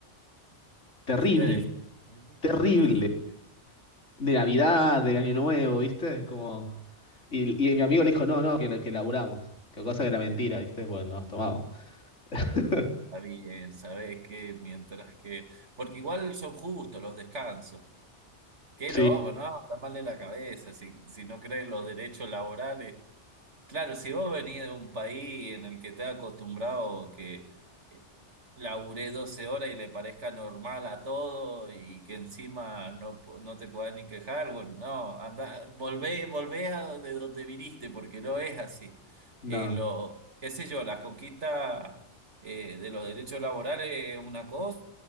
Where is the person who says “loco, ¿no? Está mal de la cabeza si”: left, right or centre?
Right